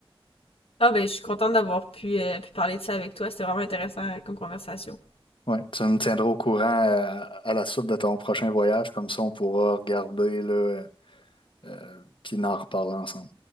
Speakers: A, on the left; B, on the left.
A: Ah ben, je suis contente d'avoir pu, euh, pu parler de ça avec toi, c'était vraiment intéressant euh, comme conversation.
B: Ouais, tu me tiendras au courant euh, à la suite de ton prochain voyage. Comme ça, on pourra regarder, là, euh, puis en reparler ensemble.